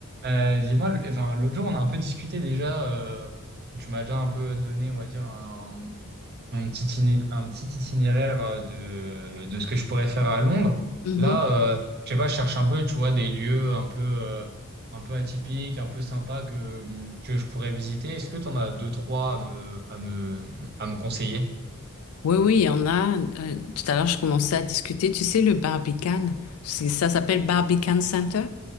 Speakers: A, on the right (about 50°); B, on the left (about 80°).
A: Euh, dis-moi, le- enfin, l'autre jour, on a un peu discuté déjà. euh, tu m'as déjà un peu donné, on va dire, un, un petit, iné- un petit itinéraire euh, de, de ce que je pourrais faire à Londres.
B: Mhm.
A: Là, euh, je sais pas, je cherche un peu, tu vois, des lieux un peu, euh, un peu atypiques, un peu sympas que, que je pourrais visiter. Est-ce que tu en as deux, trois à me, à me, à me conseiller?
B: Oui, oui, il y en a. Euh, tout à l'heure, je commençais à discuter. Tu sais, le Barbican, c'est, ça s'appelle Barbican Center